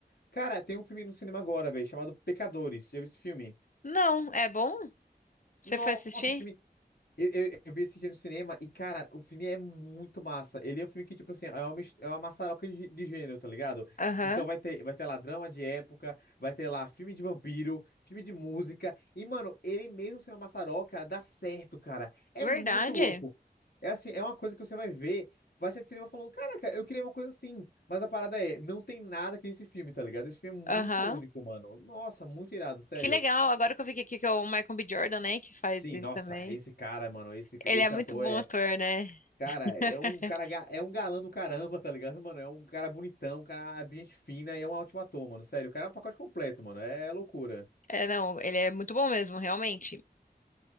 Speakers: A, on the left (about 70°); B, on the left (about 50°).
A: Cara, tem um filme no cinema agora, velho, chamado Pecadores. Já viu esse filme?
B: Não, é bom? Você
A: Nossa,
B: foi assistir?
A: esse filme eu, eu- eu vi esse dia no cinema e, cara, o filme é muito massa. Ele é um filme que, tipo assim, é uma, mis- é uma maçaroca de, de gênero, tá ligado?
B: Aham.
A: Então vai ter, vai ter lá drama de época, vai ter lá filme de vampiro, filme de música. E, mano, ele mesmo sendo uma maçaroca, dá certo, cara. É
B: Verdade.
A: muito louco. É assim, é uma coisa que você vai ver, vai sair de cinema falando, caraca, eu queria uma coisa assim. Mas a parada é, não tem nada que esse filme, tá ligado? Esse filme é muito
B: Aham.
A: único, mano. Nossa, muito irado, sério.
B: Que legal, agora que eu vi aqui que é o Michael B. Jordan, né, que faz
A: Sim,
B: ele
A: nossa,
B: também.
A: esse cara, mano, esse, ca-
B: Ele
A: esse
B: é muito
A: ator
B: bom
A: é
B: ator, né?
A: Cara,
B: <laughs>
A: é um cara, ga- é um galã do caramba, tá ligado, mano? É um cara bonitão, um cara de gente fina e é um ótimo ator, mano. Sério, o cara é um pacote completo, mano. É loucura.
B: É, não, ele é muito bom mesmo, realmente.